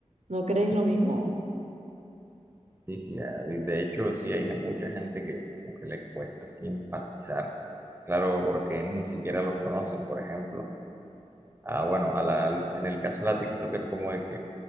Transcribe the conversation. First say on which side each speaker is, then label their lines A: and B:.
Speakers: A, on the right; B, on the right.
A: ¿No crees lo mismo?
B: Sí, sí, ah, y de hecho, sí, hay mucha gente que, como que le cuesta simpatizar, claro, porque ni siquiera los conocen, por ejemplo. Ah, bueno, a la, en el caso de la TikToker, como de que